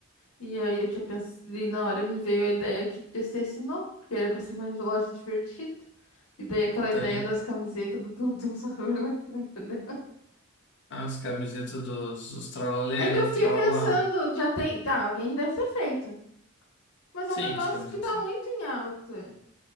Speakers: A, on the left; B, on the left.
A: E aí eu tinha pensado, e na hora me veio a ideia que podia ser esse nome, porque era pra ser uma loja divertida. E daí aquela
B: e tá
A: ideia
B: ali.
A: das camisetas do Tum Tum Sahur, lá que tu não entendeu.
B: Ah, as camisetas dos, dos tralaleiros,
A: É que eu fiquei
B: tralala.
A: pensando, já tem. Tá, alguém já deve ter feito. Mas é
B: Sim,
A: um negócio
B: as camisetas.
A: que tá muito em alta.